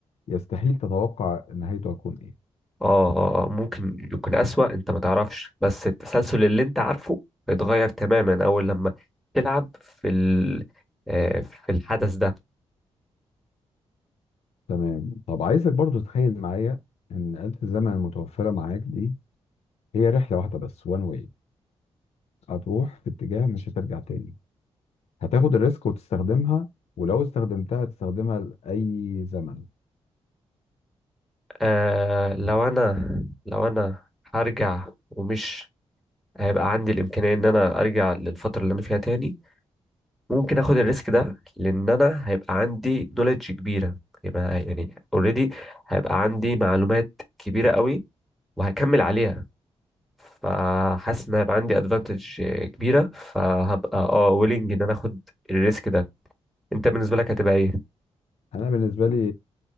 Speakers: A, on the left (about 70°); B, in the centre.
A: يستحيل تتوقع نهايته هتكون ايه
B: اه اه آه، ممكن يكون اسوأ انت ما تعرفش بس التسلسل اللي انت عارفه اتغير تماما اول لما تلعب في ال آه، في الحدث ده
A: تمام طب عايزك برضو تتخيل معايا ان آلة الزمن المتوفرة معاك دي هي رحلة واحدة بس وان واي هتروح في اتجاه مش هترجع تاني هتاخد الريسك وتستخدمها ولو استخدمتها هتستخدمها لأي زمن
B: آه لو انا لو انا هرجع ومش هيبقى عندي الامكانية ان انا ارجع للفترة اللي انا فيها تاني ممكن اخد الريسك ده لان انا هيبقى عندي نوليدج كبيره يبقى يعني اوريدي هيبقى عندي معلومات كبيره قوي وهكمل عليها فحاسس ان هيبقى عندي ادفانتج كبيره فهبقى اه ويلنج ان انا اخد الريسك ده انت بالنسبه لك هتبقى ايه
A: أنا بالنسبة لي